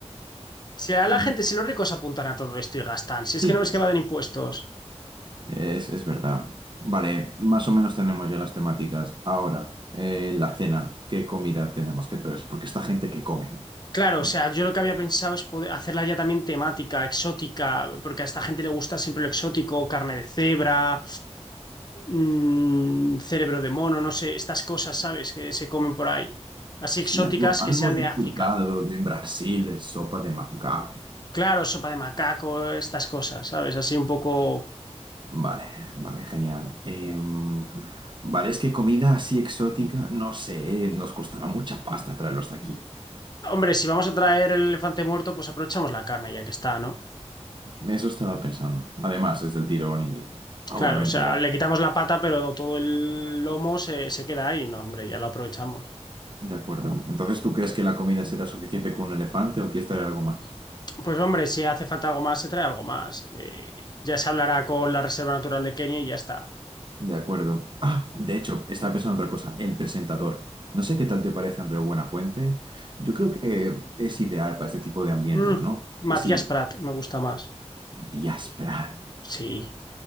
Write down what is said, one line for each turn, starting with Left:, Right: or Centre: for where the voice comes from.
Left: Si a la
Right: Mm,
Left: gente, si los ricos apuntan a todo esto y gastan, si
Right: Sí.
Left: es que no ves que va de impuestos.
Right: Es, es verdad. Vale, más o menos tenemos ya las temáticas. Ahora, eh, la cena, ¿qué comida tenemos que traer? Porque esta gente que come.
Left: Claro,
Right: ¿no?
Left: o sea, yo lo que había pensado es poder hacerla ya también temática, exótica, porque a esta gente le gusta siempre lo exótico, carne de cebra, mm, cerebro de mono, no sé, estas cosas, ¿sabes? Que se comen por ahí. Así
Right: Sí,
Left: exóticas
Right: algo, algo
Left: que sean
Right: he
Left: de
Right: escuchado
Left: África.
Right: de en Brasil, de sopa de macaco.
Left: Claro, sopa de macaco, estas cosas, ¿sabes? Así un poco...
Right: Vale, vale, genial. Em, vale, es que comida así exótica, no sé, nos costará mucha pasta traerlo hasta aquí.
Left: Hombre, si vamos a traer el elefante muerto, pues aprovechamos la carne ya que está, ¿no?
Right: Eso estaba pensando. Además, es del tirón y obviamente...
Left: Claro, o sea,
Right: a-
Left: le quitamos la pata, pero todo el lomo se, se queda ahí, ¿no? Hombre, ya lo aprovechamos.
Right: De acuerdo. Entonces, ¿tú crees que la comida será suficiente con un elefante o quieres traer algo más?
Left: Pues hombre, si hace falta algo más, se trae algo más. Eh, ya se hablará con la Reserva Natural de Kenia y ya está.
Right: De acuerdo. Ah, de hecho, estaba pensando en otra cosa. El presentador. No sé qué tal te parece Andreu Buenafuente. Yo creo que es ideal para este tipo de ambientes,
Left: Mm,
Right: ¿no? Es
Left: Matías
Right: Así,
Left: Prat, me gusta más.
Right: y áspera.
Left: Sí,